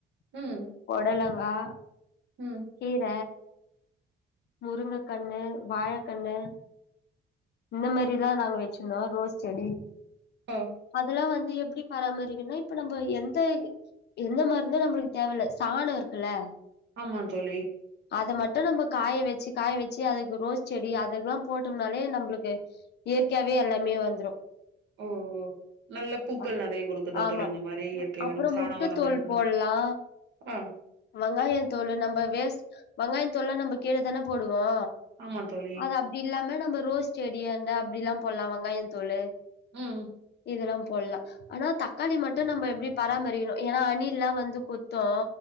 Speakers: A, on the right; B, on the left.
A: ம்
B: பொடலங்கா
A: ம்
B: கீர முருங்க கண்ணு வாழக்கண்ணு இந்த மாரிதா நாங்க வச்சிருந்தோ ரோஸ் செடி
A: ஆ
B: அதெல்லா வந் து எப்டி பராமரிக்னா இப்ப நம்ம எந்த எந்த மருந்து நம்ளுக்கு தேவ இல்ல சானோ இருக்குல்ல
A: ஆமாந் தோழி
B: அத மட்டு நம்ம காய வச்சு காய வச்சு அதுக்கு ரோஸ் செடி அதுக்குல்லா போட்டோம்னாலே நம்ளுக் எ இயற்கையாவே எல்லாமே வந்ரு
A: ஓ ஓ நல்ல பூக்கள்
B: அ
A: நெறைய குடுக்குதா
B: ஆமா
A: தோழி அந்த மாரி இயற்கை
B: அப்ரோ
A: உரம் சாண
B: முட்ட
A: உரம்
B: தோல்
A: பயன்படும்
B: போட்லா
A: ஆ
B: வெங்காய தோளு நம்ம வேஸ்ட் வெங்காய தோல்ல நம்ம கீழ தான போடுவோ
A: ஆமா தோழி
B: அது அப்டி இல்லாம நம்ம ரோஸ் செடியாண்ட அப்டிலா போட்லா வெங்காய தோளு
A: ம்
B: இதெல்லா போட்லா ஆனா தக்காளி மட்டு நம்ம எப்டி பராமரிக்கணு ஏனா அணில்லா வந்து குத்து